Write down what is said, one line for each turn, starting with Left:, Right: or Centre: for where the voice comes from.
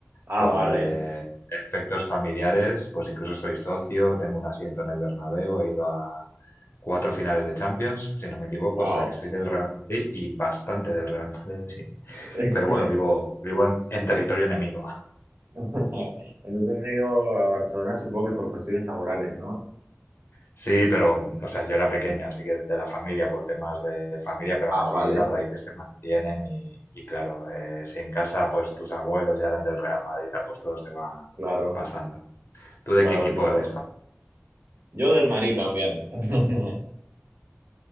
Right: ah,
Left: por
Right: vale.
Left: eh, efectos familiares, pues incluso soy socio, tengo un asiento en el Bernabéu, he ido a cuatro finales de Champions, si no me equivoco,
Right: Wow.
Left: o sea que soy del Real Madrid y bastante del Real <laughs> Madrid.
Right: <laughs>
Left: Pero bueno, vivo, vivo en, en territorio enemigo.
Right: <laughs> Entonces he ido a Barcelona, supongo que por cuestiones laborales, ¿no?
Left: Sí, pero, o sea, yo era pequeño, así que de la familia, por temas de familia, pero
Right: Ah,
Left: aún así
Right: vale.
Left: las raíces se mantienen y, y claro, eh, si en casa pues tus abuelos ya eran del Real Madrid y tal, pues todo se va
Right: Claro,
Left: pasando. ¿Tú de
Right: claro,
Left: qué equipo
Right: claro.
Left: eres?
Right: Yo del Madrid también. <laughs>